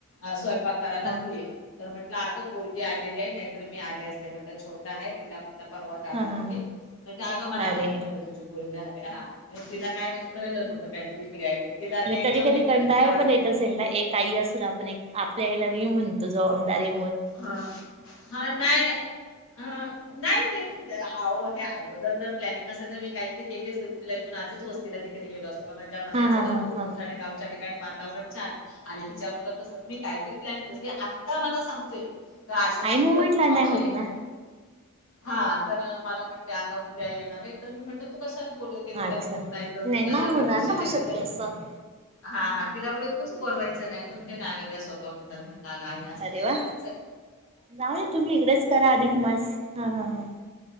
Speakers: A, on the left; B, on the right.
A: अ स्वय पाक करायला
B: हा
A: तू ये तर म्हट - ला गं पोरगी आलेली आहे नाहीतर मी आले असते म्हट छोटा आहे तिला म्हट परवा जाणार
B: हा हा
A: आहे
B: हा
A: ते आगं मला
B: अरे
A: माहिती नव्हतं तुझी पोरगी आहे. <unintelligible> तिला काय कळलं नव्हतं काय इकडेय ते तिला
B: म्हणजे
A: ते
B: कधी
A: जमलिंग
B: कधी कंटाळा
A: झालं. वाटतंय
B: पण येत असेल ना एक आई असून आपण एक आप काही वेळेला मी म्हणतो जबाबदारी
A: हां हां नाय हं नाय ते मी ते अहो हे अगोदर जर प्लॅनिंग असल तर, मी काही तरी केली असते. मुलीला घेऊन आजच वस्तीला तिकडे गेलो असते. अ माझ्या माहेरचं
B: हा हा
A: घर
B: हा
A: खूप
B: हा
A: मोठ आहे. गावच्या ठिकाणी मा वातावरण छान आणि हिच्या मुळ तस मी काही तरी प्लॅन केले असते ती आता मला सांग का अशे अशे
B: आईन
A: उद्या
B: मुमेंटला
A: दोन मावश्या
B: नाही होत
A: एक
B: ना
A: हा तर मला प त्या ग उद्या येणार आहे. तर मी म्हटल कशाला बोलवतेय तुला
B: अच्छा
A: होत नाय त,
B: नाही
A: तुझी
B: नाही
A: आता
B: होणार
A: कंडिशन
B: ना मग
A: नाय
B: शक्य
A: ते सर्व
B: असं
A: हां हां. तिला बोलले तूच बोलवायचं नाही तर, ते नाय ऐकत ते स्वतः हून येतात. काग आई असं
B: अरे
A: नाही
B: वा
A: करायच.
B: जाऊ दे तुम्ही इकडेच करा अधिक मास हा- हा-हा.